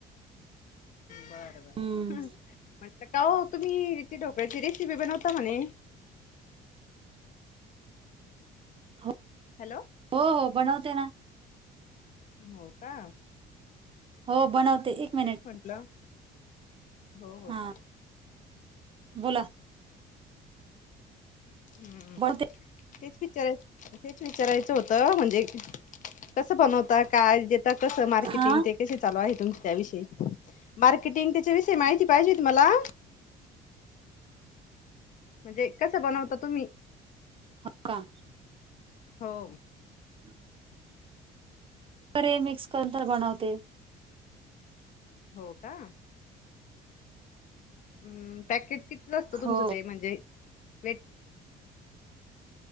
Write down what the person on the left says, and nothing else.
बरं बरं.
म्हंटलं काहो तुम्ही ती ढोकळ्याची रेसिपी बनवता म्हणे.
हॅलो
हो, का?
तेच म्हंटलं हो हो,
चालेल.
हम हम.
तेच विचारायचं, तेच विचारायचं होतं म्हणजे कसं बनवता काय. तर कसं मार्केटिंग
ते. कसं चालू आहे तुमचं त्याविषयी मार्केटिंग त्याच्या विषयी माहिती पाहिजे होती मला. म्हणजे कसं बनवतात तुम्ही.
हो,
हो, का. हम्, पॅकेज कितीचं असतं तुमचं
ते म्हणजे वेट.